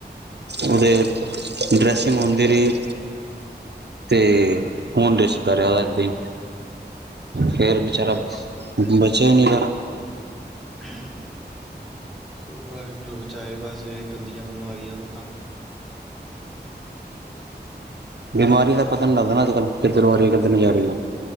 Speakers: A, on the right; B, in the centre.
A: ਓਦੇ ਡਰੈਸਿੰਗ ਹੁੰਦੀ ਰੀ। ਤੇ ਖੂਨ ਡਿਸ਼ਦਾ ਰਿਆ ਓਦਾ ਏਦਾਂ ਈ। ਫੇਰ ਬਚਾਰਾ
B: ਬਸ
A: ਬਚਇਆ ਈ ਨੀਂ ਗਾ।
B: <unintelligible> ਵਾਹਿਗੁਰੂ ਬਚਾਏ, ਬਸ ਏਹ ਗੰਦੀਆਂ ਬਿਮਾਰੀਆਂ ਤੋਂ ਤਾਂ।
A: ਬਿਮਾਰੀ ਦਾ ਪਤਾ ਨੀਂ ਲੱਗਦਾ ਨਾਂ ਅੱਜ-ਕਲ ਕਿੱਧਰੋਂ ਆ ਰੀ, ਕਿੱਧਰ ਨੂੰ ਜਾ ਰੀ ਆ।